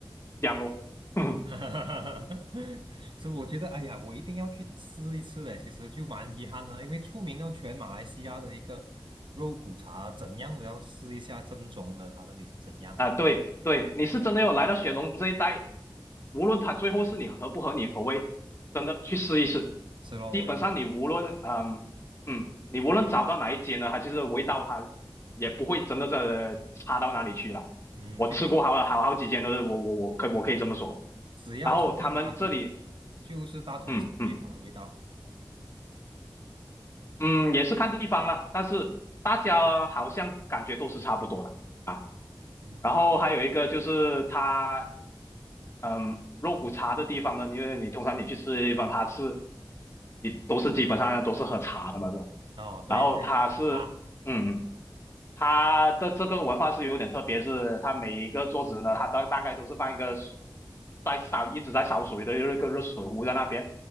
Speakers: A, on the left; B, on the right.
A: 样咯。<laughs>
B: <laughs> 哈哈哈所以我觉得，哎呀，我一定要去吃一次的。其实就蛮遗憾的，因为出名到全马来西亚的一个肉骨茶，怎样都要试一下正宗的，它到底是怎样哦。
A: 啊，对对，你是真的有来到雪隆这一带，无论它最后是你合不合你口味，真的去试一试。
B: 是咯，
A: 基本上你无论嗯嗯，
B: 我也是这样子的。
A: 你无论找到哪一间呢，它其实味道它也不会真的在差到哪里去了，
B: 嗯，
A: 我吃过好了好好几间都是我我我可我可以这么说。
B: 就是只要是在巴生的，
A: 然后他们这里，
B: 就是大同小异好了，
A: 嗯嗯
B: 味道。
A: 嗯，也是看地方啦，但是大家好像感觉都是差不多啦啊。
B: 嗯，
A: 然后还有一个就是它，嗯，肉骨茶的地方呢，因为你通常你去吃的地方，它是你都是基本上都是喝茶的嘛，是吧？
B: 哦，对，
A: 然后它是，
B: 那个茶，
A: 嗯，它的这个文化是有点特别，是它每一个桌子呢，它大大概都是放一个在烧一直在烧水的一个热水壶在那边，